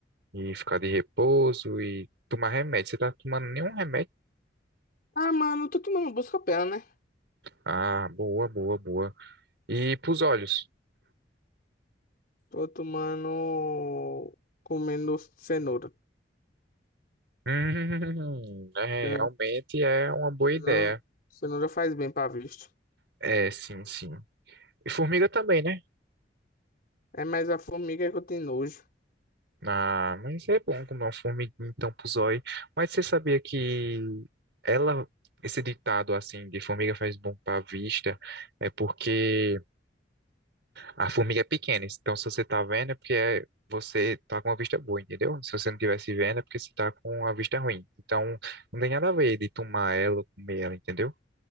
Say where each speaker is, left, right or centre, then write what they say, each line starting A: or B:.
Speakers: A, on the right; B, on the left.
A: e ficar de repouso e tomar remédio. Você tá tomando nenhum remédio?
B: Ah, mano, eu tô tomando busca-pé, né?
A: Ah, boa, boa, boa. E pros olhos? <laughs>
B: Tô tomando. comendo cenoura.
A: Hum, é,
B: Cenoura,
A: realmente é uma boa ideia.
B: cenoura cenoura faz bem pra vista.
A: É, sim, sim. E formiga também, né?
B: É mais a formiga que eu tenho nojo.
A: Ah, mas é bom comer uma formiguinha então pro zóio. Mas você sabia que ela, esse ditado assim de formiga faz bom pra vista, é porque a formiga é pequena. Então se você tá vendo é porque é- você tá com a vista boa, entendeu? Se você não tivesse vendo é porque você tá com a vista ruim. Então não tem nada a ver de tomar ela ou comer ela, entendeu?